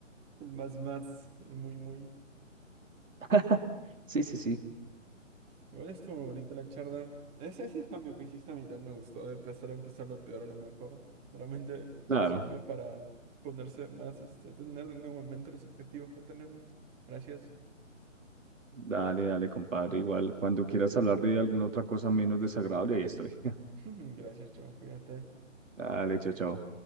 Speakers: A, on the right (about 15°); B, on the right (about 75°).
A: el más más, el muy muy.
B: <laughs> Sí, sí, sí.
A: Igual estuvo bonita la charla. Ese, ese cambio que hiciste a mitad me gustó, de empezar a empezar lo peor a lo mejor. Realmente
B: Claro,
A: sirve para ponerse más, este, tener de nuevo en mente los objetivos que tenemos. Gracias.
B: dale, dale, compadre. Igual, cuando quieras hablar de alguna otra cosa menos desagradable, ahí estoy. <laughs>
A: <laughs> Gracias, chao, cuídate.
B: Dale, chao, chao.